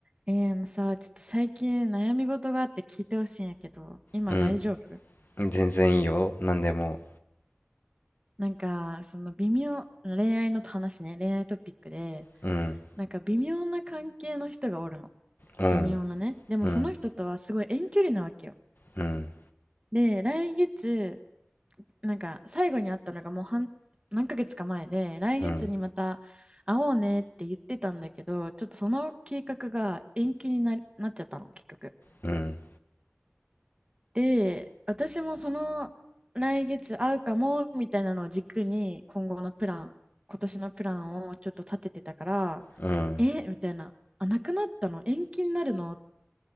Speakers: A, on the right (about 25°); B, on the left (about 50°).
A: えー、あのさ、ちょっと最近悩み事があって聞いてほしいんやけど、今大丈夫
B: うん、全然いいよ、なんでも。
A: なんか、その微妙、恋愛の話ね、恋愛トピックで、
B: うん、
A: なんか微妙な関係の人がおるの。
B: うん、
A: 微妙なね。でもその人とはすごい遠距離なわけよ。
B: うん、うん、
A: で、来月、なんか最後に会ったのがもう半、何ヶ月か前で、来月にまた会おうねって言ってたんだけど、
B: うん、
A: ちょっとその計画が延期にな、なっちゃったの、結局。
B: うん、
A: で、私もその来月会うかもみたいなのを軸に今後のプラン、今年のプランをちょっと立ててたから、
B: うん、
A: えみたいな、あ、なくなったの延期になるの